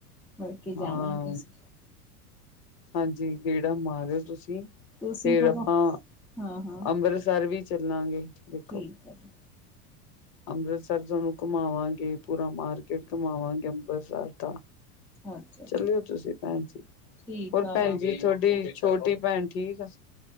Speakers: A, in the centre; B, on the left (about 50°).
A: ਮਿਲ ਕੇ
B: ਹਾਂ
A: ਜਾਵਾਂਗੇ ਅਸੀਂ
B: ਹਾਂਜੀ ਗੇੜਾ ਮਾਰਿਓ ਤੁਸੀਂ,
A: ਤੁਸੀਂ
B: ਫੇਰ
A: ਕਦੋਂ
B: ਆਪਾਂ,
A: ਹਾਂ-ਹਾਂ
B: ਅੰਮ੍ਰਿਤਸਰ ਵੀ ਚੱਲਾਂਗੇ। ਦੇਖੋ।
A: ਠੀਕ ਹੈ ਜੀ,
B: ਅੰਮ੍ਰਿਤਸਰ ਤੁਹਾਨੂੰ ਘੁਮਾਵਾਂਗੇ, ਪੂਰਾ ਮਾਰਕੀਟ ਘੁਮਾਵਾਂਗੇ, ਅੰਮ੍ਰਿਤਸਰ ਦਾ
A: ਅੱਛਾ-ਅੱਛਾ
B: ਚੱਲਿਓ ਤੁਸੀਂ ਭੈਣ ਜੀ,
A: ਠੀਕ
B: ਹੋਰ
A: ਆ
B: ਭੈਣ ਜੀ, ਤੁਹਾਡੀ ਛੋਟੀ ਭੈਣ ਠੀਕ ਆ?